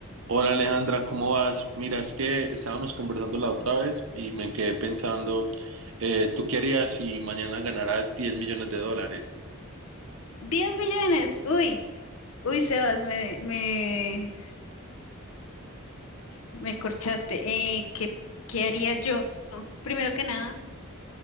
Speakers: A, on the right (about 65°); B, on the left (about 70°).
A: Hola Alejandra, ¿cómo vas? Mira, es que estábamos conversando la otra vez y me quedé pensando, eh, ¿tú qué harías si mañana ganaras 10 millones de dólares?
B: 10 millones. Uy, uy, Sebas, me, me, me corchaste. Eh, ¿qué, qué haría yo? Primero que nada,